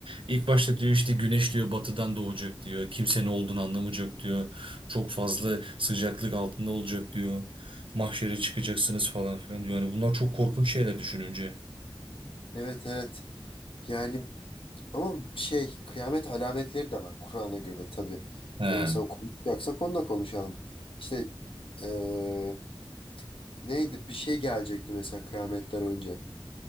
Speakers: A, on the right; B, on the left.
A: ilk başta diyor işte güneş diyor batıdan doğacak diyor. Kimse ne olduğunu anlamayacak diyor. Çok fazla sıcaklık altında olacak diyor. Mahşere çıkacaksınız falan filan diyor. Yani bunlar çok korkunç şeyler düşününce.
B: Evet evet. Yani ama şey kıyamet alametleri de var Kur'an'a göre tabii.
A: Ha,
B: Yani mesela konuşacaksak onu da konuşalım. İşte eee, neydi bir şey gelecekti mesela kıyametten önce.